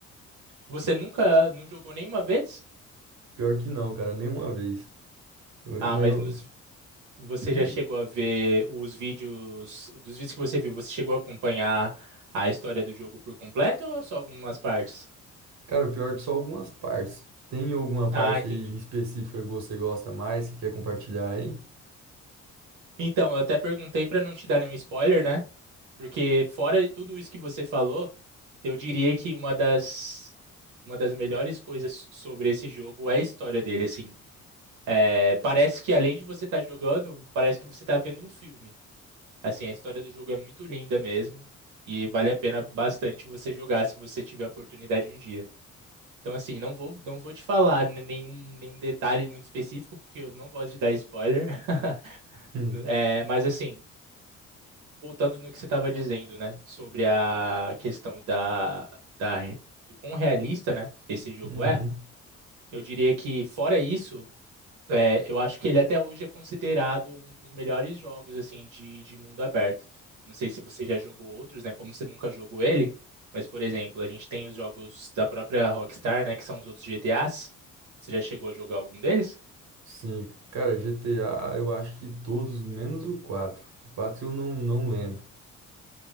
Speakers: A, on the right (about 85°); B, on the right (about 65°).
A: Você nunca não jogou nenhuma vez?
B: Pior que não, cara, nenhuma vez. Eu- eu-
A: Ah,
B: mas
A: mas
B: eu.
A: nos, vi- você
B: Hum?
A: já chegou a ver os vídeos, dos vídeos que você viu, você chegou a acompanhar a história do jogo por completo ou só algumas partes?
B: Cara, pior é que só algumas partes. Tem alguma
A: Ah,
B: parte
A: entendi.
B: aí em específica que você gosta mais, que quer compartilhar aí?
A: Então, eu até perguntei para não te dar nenhum spoiler, né? Porque fora de tudo isso que você falou, eu diria que uma das uma das melhores coisas sobre esse jogo é a história dele, assim. É, parece que além de você estar jogando, parece que você está vendo um filme. Assim, a história do jogo é muito linda mesmo e vale a pena bastante você jogar se você tiver a oportunidade um dia. Então, assim, não vou, não vou te falar n- nenhum, nenhum detalhe muito específico, porque eu não gosto de dar spoiler. <laughs>
B: Hum.
A: É, mas, assim, voltando no que você estava dizendo, né, sobre a questão da, da, do quão realista, né, esse jogo
B: Uhum.
A: é, eu diria que, fora isso, É, eu acho que ele até hoje é considerado um dos melhores jogos assim de, de mundo aberto. Não sei se você já jogou outros, né? Como você nunca jogou ele, mas por exemplo, a gente tem os jogos da própria Rockstar, né? Que são os outros GTAs. Você já chegou a jogar algum deles?
B: Sim, cara, GTA eu acho que todos, menos o 4. O 4 eu não, não lembro.